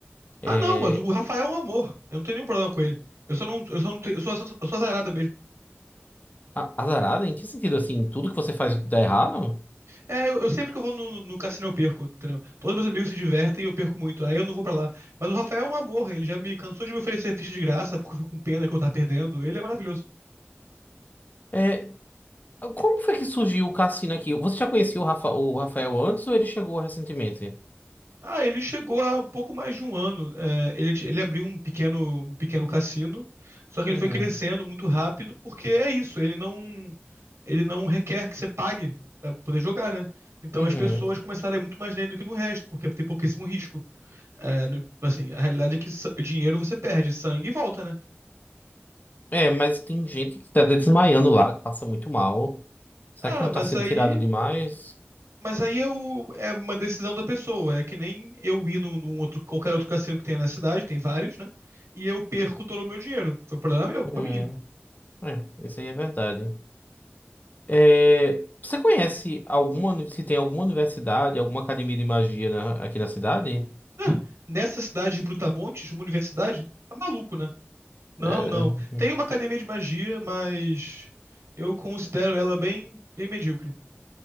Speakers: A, on the left (about 40°); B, on the right (about 80°).
A: É...
B: Ah, não, mas o Rafael é um amor. Eu não tenho nenhum problema com ele. Eu só não, eu só não, te- eu sou, eu sou, eu sou azarada
A: a- Azarada? Em que sentido, assim? Tudo que você faz dá errado?
B: É, eu, eu sempre que eu vou no, no cassino eu perco, entendeu? Todos meus amigos se divertem e eu perco muito, aí eu não vou pra lá. Mas o Rafael é um amor, ele já me cansou de me oferecer ficha de graça porque eu fico com pena que eu tava perdendo. Ele é maravilhoso.
A: É, Como foi que surgiu o cassino aqui? Você já conhecia o, Rafa- o Rafael antes ou ele chegou recentemente?
B: Ah, ele chegou há pouco mais de um ano. É, ele, ele abriu um pequeno, um pequeno cassino, só que ele
A: Uhum,
B: foi crescendo muito rápido porque é isso, ele não, ele não requer que você pague. Pra poder jogar, né? Então
A: uhum.
B: as pessoas começaram a ir muito mais nele do que no resto, porque tem pouquíssimo risco. É, não- assim, a realidade é que sa- dinheiro você perde, sangue volta, né?
A: É, mas tem gente que tá desmaiando lá, que passa muito mal. Será
B: Ah,
A: que não
B: mas
A: tá sendo
B: aí.
A: tirado demais?
B: Mas aí é, o- é uma decisão da pessoa. É que nem eu ir num, num outro, qualquer outro cassino que tenha na cidade, tem vários, né? E eu perco todo o meu dinheiro. Foi um problema meu, culpa
A: Hum,
B: minha.
A: é, isso aí é verdade. É, você conhece alguma, uni- se tem alguma universidade, alguma academia de magia na- aqui na cidade?
B: Ah, nessa cidade de Brutamontes, uma universidade, tá maluco, né? Não,
A: É,
B: não.
A: uhum.
B: Tem uma academia de magia, mas eu considero ela bem, bem medíocre.